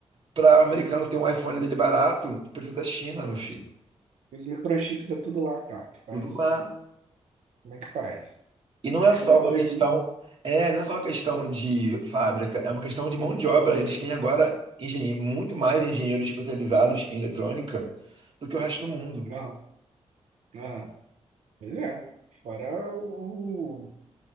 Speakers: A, on the right; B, on the right.
A: para o americano ter um iPhone dele barato, precisa da China, meu filho.
B: Os microchips é tudo lá, cara, que faz.
A: Tudo lá.
B: Como é que faz?
A: E não
B: Tecnologia.
A: é só uma questão, é, não é só uma questão de fábrica, é uma questão de mão de obra. Eles têm agora engenhe- muito mais engenheiros especializados em eletrônica do que o resto do mundo.
B: Não, não. Pois é. Fora o,